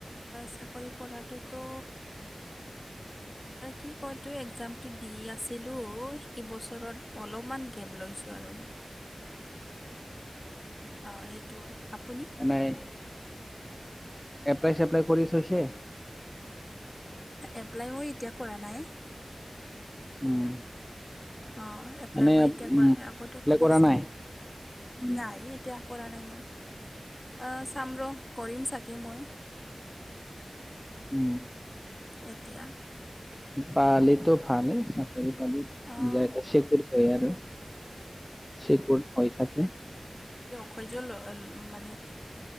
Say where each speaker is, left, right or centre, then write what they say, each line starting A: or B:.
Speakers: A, on the left (about 30°); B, on the left (about 15°).
A: চাকৰি কৰাটোতো কি কয় ত একজামটো দি আছিলো। এইবছৰত অলপমান গেপ লৈছোঁ আৰু মই। অ সেইটো আপুনি
B: এ নাই। এপ্লাই চেপ্লাই কৰি থৈচে।
A: এপ্লাই মই এতিয়া কৰা নাই।
B: উম।
A: অ এপ্লাই
B: এনে
A: মই এতিয়া কৰা
B: উম
A: নাই আগতে
B: এপ্লাই
A: কৰিছিলোঁ।
B: কৰা নাই উম
A: নাই এতিয়া কৰা নাই মই। অ' চাম ৰ'। কৰিম চাগে মই।
B: উম।
A: এতিয়া
B: পালেতো ভালেই চাকৰি পালি নিজ
A: অঁ
B: এটা চেকুৰ থয় আৰু। চেকুৰ হৈ থাকে।
A: খৈযল অল মানে